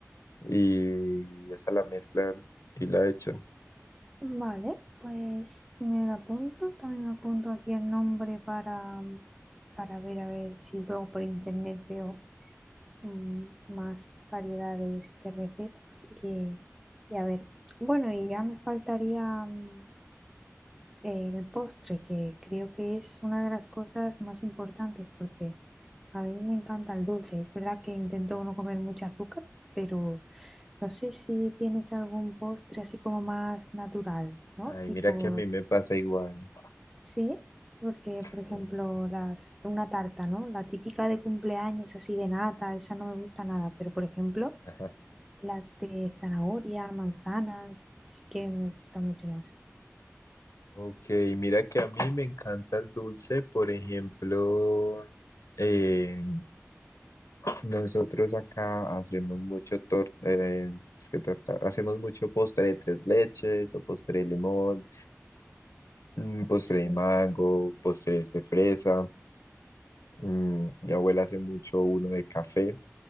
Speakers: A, on the left (about 80°); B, in the centre.
A: y esa la mezclan y la echan.
B: vale, pues me la apunto, también me apunto aquí el nombre para, para ver, a ver si luego por internet veo mm, más variedades de, este, recetas y, y a ver, bueno, y ya me faltaría mm, el postre, que creo que es una de las cosas más importantes porque a mí me encanta el dulce. Es verdad que intento no comer mucho azúcar, pero no sé si tienes algún postre así como más natural, ¿no?
A: Ay,
B: Tipo,
A: mira que a mí me pasa igual.
B: sí. Porque,
A: <laughs>
B: por ejemplo, las, una tarta, ¿no? La típica de cumpleaños así de nata, esa no me gusta nada. Pero, por ejemplo,
A: Ajá.
B: las de zanahoria, manzana, sí que me gusta mucho más.
A: Ok, mira que a mí me encanta el dulce, por ejemplo, eh, nosotros acá hacemos mucho tor- eh, es que torta, hacemos mucho postre de tres leches o postre de limón mm, postre
B: Sí.
A: de mango, postres de fresa. mm, mi abuela hace mucho uno de café,